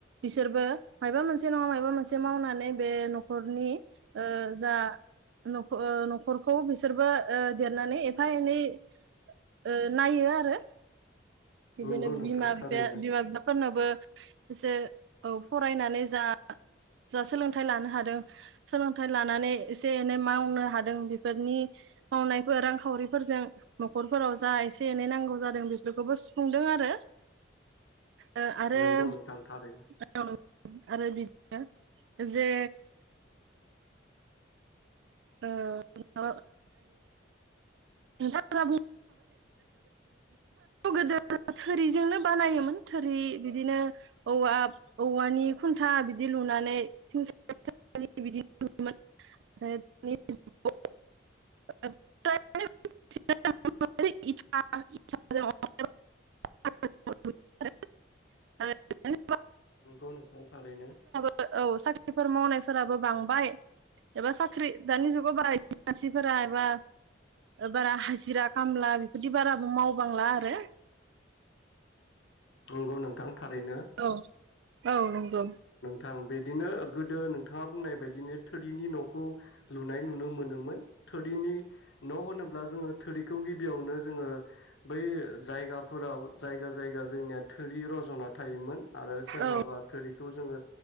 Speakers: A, on the right; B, on the left.
A: बिसोरबो माबा मोनसे नङा माबा मोनसे मावनानै बे न'खरनि जा न'-न'खरखौ ओ बिसोरबो ओ देरनानै एफा एनै ओ नायो आरो बिदिनो
B: नंगौ नोंथां
A: बिमा-बिफाया
B: थारैनो
A: फोरनोबो एसे औ फरायनानै जा-जा सोलोंथाइ लानो हादों सोलोंथाइ लानो लानानै एसे-एनै मावनो हादों बेफोरनि मावनायफोर रांखावरिफोरजों न'खफोराव जा एसे एनै नांगौ जादों बेफोरखौबो स फुंदों आरो। ओ आरो
B: नंगौ नोंथां थारैनो
A: <unintelligible> आरो बिदनो जे ओ ओ <unintelligible> गोदो थोरिजोंनो बानायोमोन थोरि बिदिनो औवा-औवानि खुन्था बिदि लुनानै <unintelligible> <unintelligible>
B: नोंगौ नोंथां थारैनो।
A: ओ औ साख्रिफोर मावनायफोराबो बांबाय एबा साख ख्रि दानि जुगाव बारा <unintelligible> सिफोरा एबा बारा हाजिरा खामला बेफोरदि बाराबो मावबांला आरो।
B: नंगौ नोंथां थारैनो।
A: औ औ नंगौ।
B: थां बेदिनो गोदो नोंथाङा बुंनाय बायदिनो थोरिनि न'खौ लुनाय नुनो मोनोमोन, थोरिनि न' होनोब्ला जोङो थोरिखौ गिबियावनो जोङो बै जायगाफोराव जायगा जायगा जोंनिया थोरि रजना थायोमोन आरो सोरबाबा
A: औ
B: बेखौ जोङो